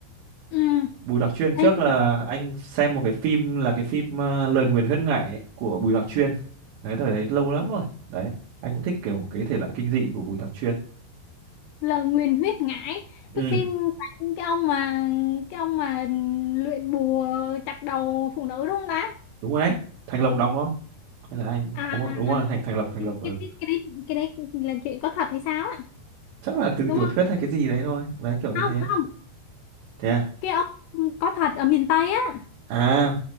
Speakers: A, on the left; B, on the right.
A: ừ,
B: Bùi Đọc Chuyên trước
A: thấy
B: là anh xem một cái phim là cái phim ờ, Lời Nguyền Huyết Ngải ấy, của Bùi Đọc Chuyên. Đấy thời đấy lâu lắm rồi. Đấy, anh cũng thích kiểu cái thể loại kinh dị của Bùi Đọc Chuyên.
A: lời nguyền huyết ngải
B: Ừ,
A: cái phim cái ông mà cái ông mà luyện bùa chặt đầu phụ nữ đúng không ta?
B: đúng rồi đấy. Thành Lộc đóng nó hay là anh
A: À, à,
B: đúng
A: à.
B: rồi, đúng rồi Thành Thành Lộc Thành
A: Cái,
B: Lộc ừ.
A: cái, đấy- cái đấy cái đấy là chuyện có thật hay sao á?
B: Chắc là từ
A: Đúng
B: tiểu
A: không?
B: thuyết hay cái gì đấy thôi. Đấy kiểu như
A: Không
B: thế.
A: không.
B: Thế à?
A: Cái ông có thật ở miền Tây á.
B: À,